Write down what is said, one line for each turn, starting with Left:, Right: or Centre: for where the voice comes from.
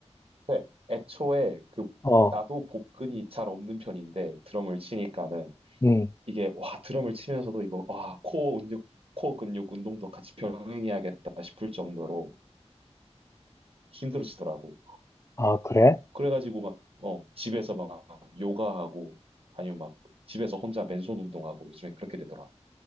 Right: 네, 애초에 그
Left: 어,
Right: 나도 복근이 잘 없는 편인데 드럼을 치니까는
Left: 음.
Right: 이게 와 드럼을 치면서도 이거 와 코어 근육 코어 근육 운동도 같이 병행해야겠다 싶을 정도로 힘들어지더라고.
Left: 아, 그래?
Right: 그래가지고 막 어, 집에서 막 요가하고 아니면 막 집에서 혼자 맨손 운동하고 요즘에 그렇게 되더라.